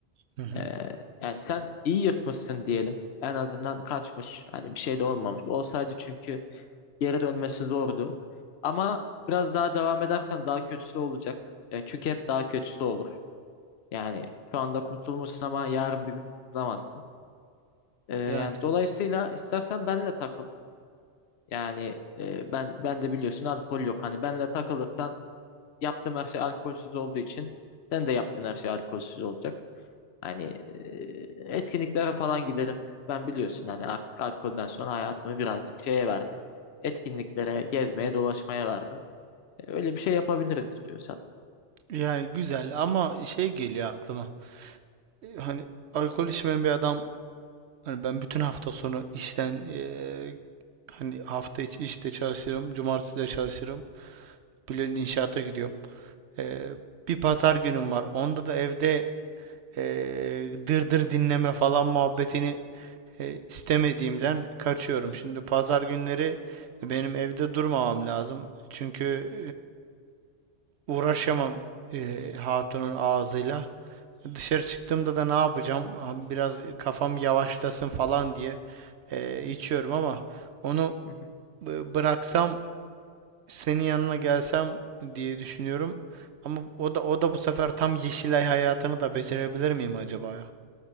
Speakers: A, on the right; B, on the left.
A: Hı hı.
B: E, yani sen iyi yırtmışsın diyelim. En azından kaçmış. Hani bir şey de olmamış. Olsaydı çünkü geri dönmesi zordu. Ama biraz daha devam edersen daha kötüsü olacak. Ya çünkü hep daha kötüsü olur. Yani şu anda kurtulmuşsun ama yarın bir gün kurtulamazsın. Ee, yani
A: Yani
B: dolayısıyla istersen benle takıl. Yani e, ben ben de biliyorsun alkol yok. Hani benle takılırsan yaptığım her şey alkolsüz olduğu için sen de yaptığın her şey alkolsüz olacak. Hani e, etkinliklere falan gideriz. Ben biliyorsun hani artık alkolden sonra hayatımı birazcık şeye verdim. Etkinliklere, gezmeye, dolaşmaya verdim. Öyle bir şey yapabiliriz istiyorsan.
A: yani güzel ama şey geliyor aklıma. E, Hani alkol içmeyen bir adam hani ben bütün hafta sonu işten e, Hani hafta içi işte çalışırım. Cumartesi de çalışırım. Bülent inşaata gidiyorum. Ee, bir pazar günüm var. Onda da evde ee, dırdır dinleme falan muhabbetini e, istemediğimden kaçıyorum. Şimdi pazar günleri benim evde durmamam lazım. Çünkü ee, uğraşamam ee, hatunun ağzıyla. Dışarı çıktığımda da ne yapacağım? Biraz kafam yavaşlasın falan diye ee, içiyorum ama onu
B: <laughs>
A: bıraksam senin yanına gelsem diye düşünüyorum. Ama o da o da bu sefer tam Yeşilay hayatını da becerebilir miyim acaba ya?